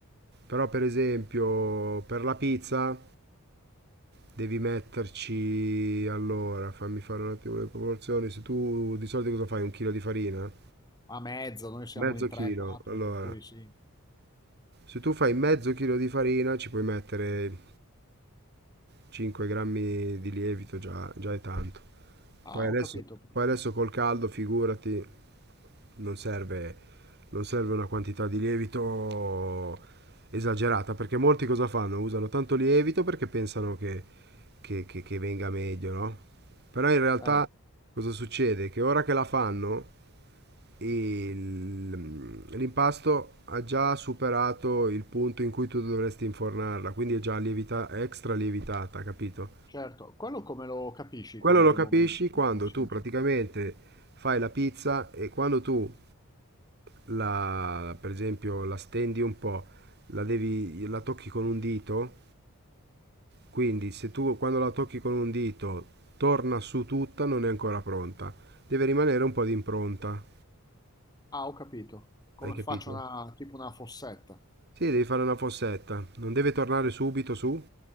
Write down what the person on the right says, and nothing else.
Però per esempio per la pizza devi metterci, allora fammi fare un attimo le proporzioni, se tu di solito cosa fai? Un chilo di farina?
Mezzo
chilo,
allora.
Se tu fai mezzo chilo di farina ci puoi mettere 5 grammi di lievito, già, già è tanto.
Poi adesso,
poi
adesso col caldo, figurati, non serve non serve una quantità di lievito esagerata, perché molti cosa fanno? Usano tanto lievito perché pensano che, che- che- che venga meglio, no? Però in realtà
cosa succede? Che ora che la fanno, il- l'impasto ha già superato il punto in cui tu dovresti infornarla, quindi è già lievita- extra lievitata, capito?
Quello
lo
capisci
quando
tu praticamente fai la pizza e quando tu la, per esempio, la stendi un po', la devi, la tocchi con un dito, quindi se tu quando la tocchi con un dito torna su tutta, non è ancora pronta. Deve rimanere un po' di impronta,
hai
capito?
Sì, devi fare una fossetta, non deve tornare subito su.